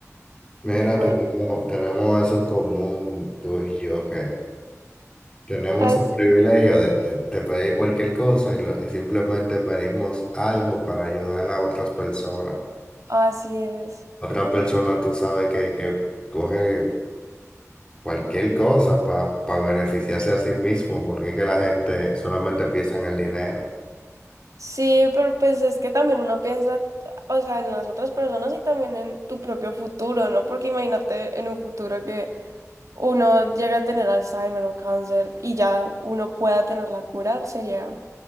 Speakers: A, on the left; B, on the right.
A: Mira,
B: Bueno,
A: tenemos, tenemos eso en común, tú y yo, que tenemos
B: as-
A: el privilegio de, de- de pedir cualquier cosa y, lo- y simplemente pedimos algo para ayudar a otras personas.
B: así es.
A: Otra persona, tú sabes que, que coge cualquier cosa para beneficiarse a sí mismo, porque es que la gente solamente piensa en el dinero.
B: Sí, pero pues es que también uno piensa, o sea, en las otras personas y también en tu propio futuro, ¿no? Porque imagínate en un futuro que uno llega a tener Alzheimer o cáncer y ya uno pueda tener la cura, sería,